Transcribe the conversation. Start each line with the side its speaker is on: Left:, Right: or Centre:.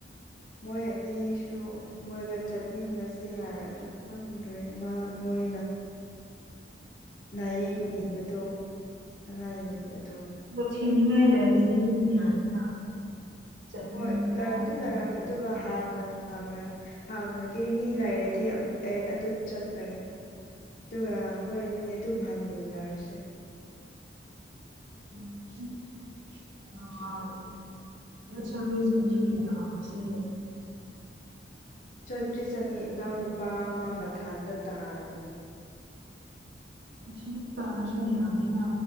Left: ꯃꯣꯏ ꯑꯅꯤꯁꯨ ꯃꯣꯏꯒ ꯆꯠꯃꯤꯟꯅꯁꯤ ꯍꯥꯏꯔꯒ ꯈꯪꯗ꯭ꯔꯦ ꯃꯥ ꯃꯣꯏꯅ ꯅꯥꯌꯦꯡ ꯌꯦꯡꯕꯗꯣ ꯑꯅꯥꯌꯦꯡꯕꯗꯣ
Right: ꯊꯤꯅꯤꯡꯉꯥꯏ ꯂꯩꯔꯗꯤ ꯑꯗꯨꯝ ꯌꯥꯏꯅ ꯆꯠꯃꯤꯟꯅꯕ
Left: ꯍꯣꯏ ꯂꯥꯏꯕꯗꯤ
Right: ꯑꯗꯒꯤ
Left: ꯂꯩꯔꯝꯃꯦ ꯑꯗꯨꯒ ꯍꯥꯟꯅ ꯍꯥꯡꯉ ꯍꯥꯡꯉꯒꯦ ꯃꯤ ꯂꯥꯏꯔꯗꯤ ꯑꯩ ꯑꯗꯨꯝ ꯆꯠꯂꯒꯦ ꯑꯗꯨꯒ ꯑꯩꯈꯣꯏ ꯑꯅꯤ ꯑꯗꯨꯝ ꯍꯟꯃꯤꯟꯅꯔꯁꯦ
Right: ꯎꯝ ꯑꯠꯁ ꯁ ꯀꯁꯨꯨꯁꯦ <inaudible>
Left: ꯆꯠꯕꯨꯗꯤ ꯆꯠꯅꯤ ꯏꯅꯥꯎꯅꯨꯄꯥ ꯃꯥ ꯃꯊꯥꯟꯗ ꯇꯥꯔꯅꯤ
Right: ꯃꯊꯥꯟꯇ ꯇꯥꯔꯁꯨ ꯌꯥꯗꯦꯅ